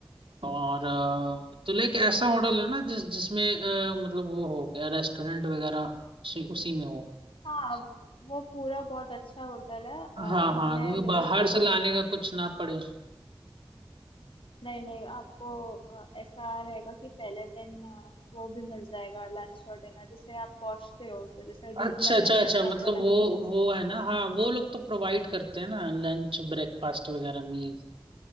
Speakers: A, on the right; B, on the left.
A: और अ, तो लाइक ऐसा होटल है ना जिस जिसमें अ, मतलब वो हो गया रेस्टोरेंट वगैरह उसी, उसी में हो
B: हाँ वो पूरा बहुत अच्छा होटल है अ,
A: हाँ
B: मैंने
A: हाँ क्योंकि बाहर
B: विजिट
A: से लाने का कुछ ना पड़े
B: नहीं नहीं आपको अ, ऐसा रहेगा कि पहले दिन अ, वो भी मिल जाएगा लंच और डिनर जैसे आप पहुंचते हो तो जैसे
A: अच्छा
B: दिन का टाइम
A: अच्छा अच्छा
B: है तो
A: मतलब
B: आपको लंच
A: वो वो है ना हाँ वो लोग तो प्रोवाइड करते हैं ना लंच ब्रेकफास्ट वगैरह मील